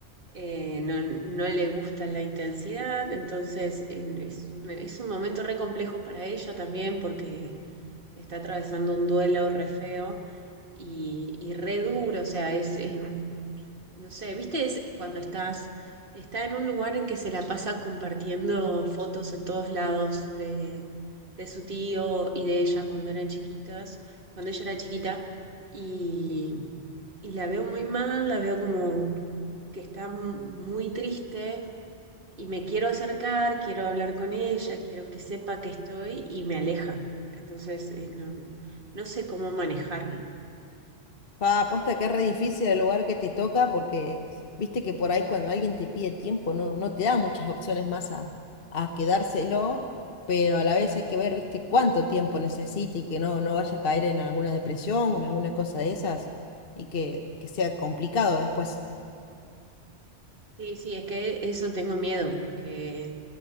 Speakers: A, on the right (about 50°); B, on the left (about 55°).
A: eh, no, no le gusta la intensidad, entonces eh, es un, es un momento re complejo para ella también porque está atravesando un duelo re feo y, y re duro, o sea, es, es no sé, ¿viste? Es cuando estás, está en un lugar en que se la pasa compartiendo fotos en todos lados de, de su tío y de ella cuando eran chiquitas, cuando ella era chiquita, y, y la veo muy mal, la veo como que está mu- muy triste y me quiero acercar, quiero hablar con ella, quiero que sepa que estoy y me aleja. Entonces, eh, no, no sé cómo manejarlo.
B: Pa, aposta que es re difícil el lugar que te toca porque viste que por ahí cuando alguien te pide tiempo no, no te da muchas opciones más a, a quedárselo, pero a la vez hay que ver, viste, cuánto tiempo necesita y que no, no vaya a caer en alguna depresión o en alguna cosa de esas y que, que sea complicado después.
A: Sí, sí, es que eso tengo miedo porque...